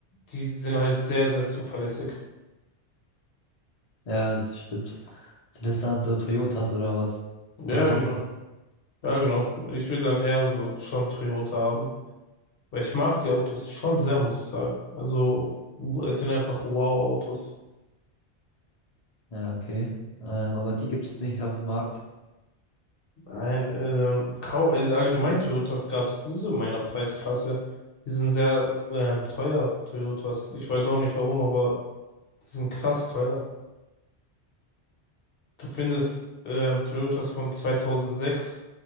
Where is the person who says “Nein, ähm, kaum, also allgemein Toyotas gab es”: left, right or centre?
Left